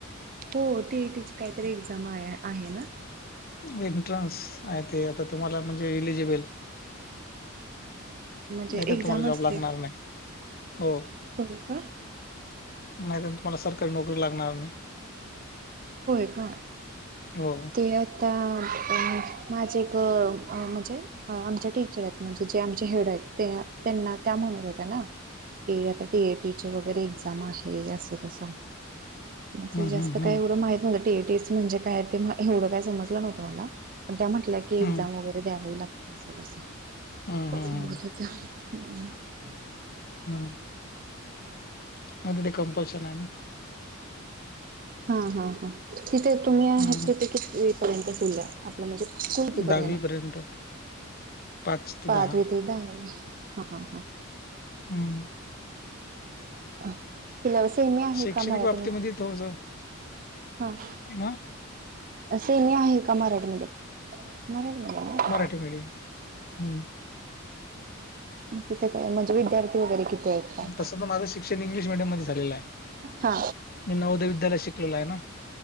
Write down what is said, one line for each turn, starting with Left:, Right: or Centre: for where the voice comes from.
Right: हो टीईटी ची काहीतरी एक्झाम आहे ना.
Left: एंट्रन्स आहे ते आता तुम्हाला म्हणजे इलिजिबल.
Right: म्हणजे
Left: नाही
Right: एक्झाम
Left: तर तुम्हाला जॉब
Right: असते
Left: लागणार नाही हो.
Right: होय का
Left: नाहीत तुम्हाला सरकारी नोकरी लागणार नाही.
Right: होय का
Left: हो
Right: ते आता अ माझे एक म्हणजे आमचे टीचर आहेत म्हणजे जे आमचे हेड आहेत ते त्यांना त्या म्हणत होत्या ना की आता टी ए टी वगैरे एक्झाम आहे असं तसं. म्हजे
Left: हम्म
Right: जास्त
Left: हम्म हम्म
Right: काय एवढं माहित न्हतं टी ए टी म्हणजे काय ते एवढं काय समजलं नव्हतं मला पण त्या म्हटल्या की एक्झाम
Left: हम्म
Right: वगैरे द्यावा ह लागते असं तस
Left: हम्म हम्म
Right: सांगत होत्या. <unintelligible>
Left: हम्म. म त ते कंपल्शन आहे ना.
Right: हा हा हा तिथे तुम्ही आह
Left: हम्म
Right: तिथे किती पर्यंत फुला आपलं म्हणजे स्कूल कितीपर्यंत
Left: दहावी
Right: आहे?
Left: पर्यंत. पाच
Right: पाचवी
Left: दहा
Right: ते दहावी हा हा हा.
Left: हम्म.
Right: हि लव सेमी आहे
Left: शैक्षणिक
Right: का मराठी
Left: बाबतीमध्ये
Right: म
Left: थोडस
Right: हा.
Left: ह
Right: सेमी आहे का मराठी मडियम मराठी मडियम ये.
Left: मराठी मीडियम हम्म.
Right: तिथे काय म्हणजे विद्यार्थी वगैरे किती? आहेत काय?
Left: तसं तर माझं शिक्षण इंग्लिश मीडियम मध्ये झालेलं आहे.
Right: हा
Left: मी नवोदय विद्यालय शिकलेला आहे ना.